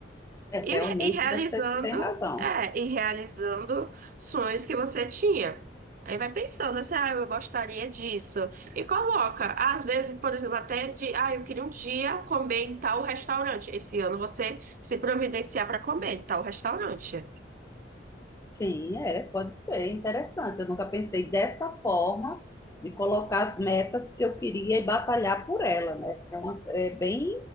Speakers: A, on the left; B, on the right.
A: É, realmente
B: E, e realizando,
A: você tem razão.
B: é, e realizando sonhos que você tinha. Aí vai pensando assim, ah, eu gostaria disso. E coloca, às vezes, por exemplo, até de, ah, eu queria um dia comer em tal restaurante. Esse ano você se providenciar para comer em tal restaurante.
A: Sim, é, pode ser interessante. Eu nunca pensei dessa forma de colocar as metas que eu queria e batalhar por ela, né? É, uma- é bem,